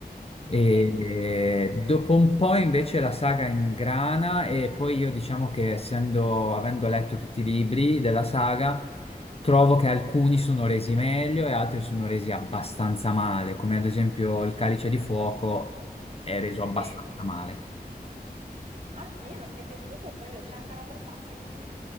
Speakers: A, on the left (about 35°); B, on the right (about 40°).
A: e
B: Sì,
A: e dopo un po' invece la saga ingrana e poi io diciamo che essendo, avendo letto tutti i libri della saga, trovo che alcuni sono resi meglio e altri sono resi abbastanza male, come ad esempio il Calice di Fuoco è reso abbastanza
B: sì.
A: male.
B: Ah sì, non ti è piaciuto quello? C'è anche Robert Pattinson.